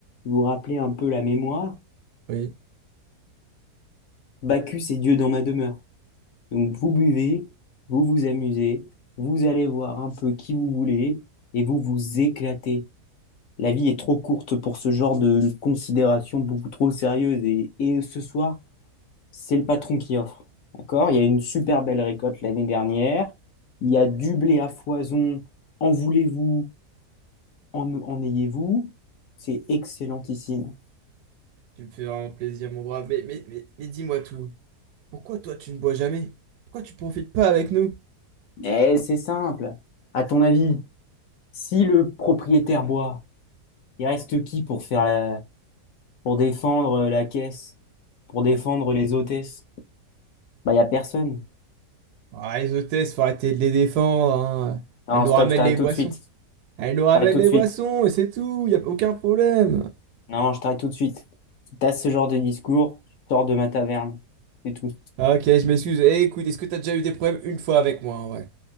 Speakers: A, on the left; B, on the right.
A: vous rappeler un peu la mémoire.
B: Oui.
A: Bacchus est Dieu dans ma demeure. Donc vous buvez, vous vous amusez, vous allez voir un peu qui vous voulez et vous vous éclatez. La vie est trop courte pour ce genre de considération beaucoup trop sérieuse et, et ce soir, c'est le patron qui offre. D'accord? Il y a une super belle récolte l'année dernière. Il y a du blé à foison. En voulez-vous? En, en ayez-vous? C'est excellentissime.
B: Tu me fais vraiment plaisir, mon brave. Mais, mais, mais, mais dis-moi tout. Pourquoi toi tu ne bois jamais? Pourquoi tu profites pas avec nous?
A: Eh, c'est simple. À ton avis, si le propriétaire boit, il reste qui pour faire la, pour défendre euh, la caisse, pour
B: Mais
A: défendre
B: t'as
A: les hôtesses. Bah, il a personne.
B: Ah, les hôtesses, faut arrêter de les défendre. hein. Elles
A: Non,
B: nous
A: stop,
B: ramènent
A: je t'arrête
B: les boissons.
A: tout de suite.
B: Elles nous ramènent
A: Je t'arrête tout
B: les
A: de suite.
B: boissons et c'est tout. Y a aucun problème.
A: Non, je t'arrête tout de suite. Si t'as ce genre de discours, tu sors de ma taverne. C'est tout.
B: Ah, Ok, je m'excuse. Eh, écoute, est-ce que t'as déjà eu des problèmes une fois avec moi? hein, Ouais.